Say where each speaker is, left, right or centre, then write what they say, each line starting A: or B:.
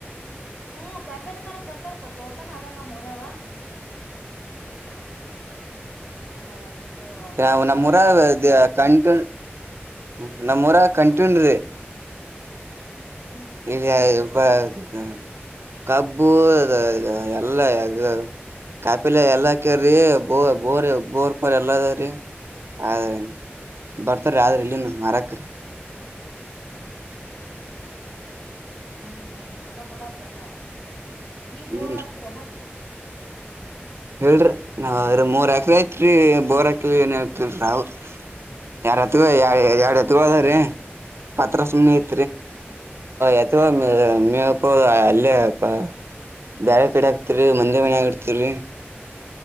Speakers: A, on the left; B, on the right.
A: ಹ್ಮ ಕಪೇಲೆ ಮರಕ್ ಬರ್ತಾರಪ್ಪ ತೋಟನ ಅದ ನ ಹೊರವ <unintelligible> ಆ <unintelligible>
B: ನ
A: ಮಾರಕ್
B: ನಮ್ಮೂರ
A: ಬರ್ತಾರ ಕಾಯಿಪಲ್ಲೆ ಮಾರಕ್
B: ಕಣ್ಕ <unintelligible> ಹ್ಮ ನಮ್ಮಊರ ಕಂಟೂನ್ <unintelligible>
A: ಹ್ಮ್
B: ಇಲ್ಲಿ <unintelligible> ಕಬ್ಬು ಅ ಎಲ್ಲ ಅಗ <unintelligible> ಕಾಪಿಲ ಎಲ್ಲಾಕ್ರಿ ಬೋ ಬೋರ್ ಬೋರ್ ಪರ್ ಎಲ್ಲದಾವ್ರಿ <unintelligible> ಆದ ಬರ್ತಾರ ಆದ್ರಿ ಇಲ್ಲಿನು ಮಾರಾಕ್ರರಿ <unintelligible>
A: ಹ್ಮ್ ಹ್ಮ್ ಚಲೋ ಬಿಡಪಲ್ಲ ನೀವ್
B: ಹ್ಮ್
A: ಬೋರ್ ಹಾಕ್ತೀರ ಅನಪಿ <unintelligible>
B: ಹೇಳ್ರಿ ನಾವ್ ಅವ್ರ ಮೂರ್ ಎಕ್ರ ಐತ್ರಿ ಬೋರ್ ಎಕ್ರ ಏನತಿಲ್ರ ಅವ <unintelligible> ಯಾರ್ ಹತ್ ಯರ ಹತ್ಗದ್ರೀ ಪತ್ರ ಸುಮ್ನೆ <unintelligible>
A: ಹ್ಮ್ <unintelligible>
B: ಎತ್ ಮಬರು
A: ಹ್ಮ್
B: ಅಲ್ಲಿ <unintelligible> ಬಳ ಕಡೆ ಆಗ್ತಿರಿ <unintelligible> ಮಂದಿ ಮನ ಇರ್ತಿರಿರಿ